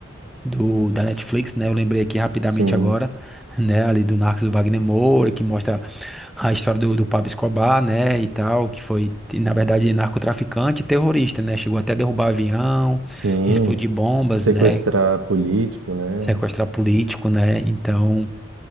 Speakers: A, in the centre; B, on the right.
A: do da Netflix, né? Eu lembrei aqui rapidamente
B: sim,
A: agora, <laughs> né? Ali do Narcos do Wagner Moura, que mostra a história do, do Pablo Escobar, né? E tal, que foi, na verdade, narcotraficante e terrorista, né? Chegou até a derrubar avião,
B: sim.
A: explodir bombas,
B: Sequestrar
A: né?
B: político, né?
A: Sequestrar político, né? Então.